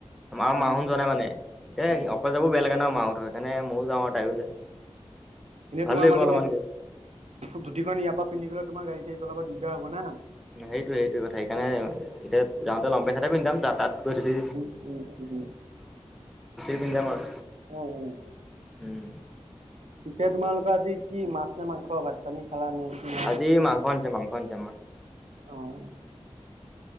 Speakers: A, in the centre; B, on the right (about 80°).
A: মা-মাও
B: অ
A: যোৱা নাই। মানে এতিয়া
B: উম
A: অকলে যাবও বেয়া লাগে ন মা হঁতৰ সেইকাৰণে ময়ো যাওঁ আৰু তাইও যায়।
B: এনে
A: ভাল
B: তোমাৰ
A: লাগিব
B: মানে
A: অলপমান
B: ধুতিখন
A: গৈ
B: ইয়াৰ পৰা পিন্ধি গ'লে তোমাৰ গাড়ী-চাড়ী চলাব দিগদাৰ হ'ব না।
A: সেইটোৱে সেইটোৱে কথা। সেইকাৰণে
B: উম
A: এতিয়া যাওঁতে লংপেনট এটায়ে পিন্ধিম যাম। তাত-তাত গৈ ধুতি
B: উম উম উম,
A: <unintelligible> পিন্ধি যাম আৰু।
B: অ অ অ।
A: উম।
B: ইতা তোমালোকৰ আজি কি মাছ নে মাংস? ভাত পানী খালা নেকি?
A: আজি মাংস আনিছে মাংস আনিছে আমাৰ।
B: অ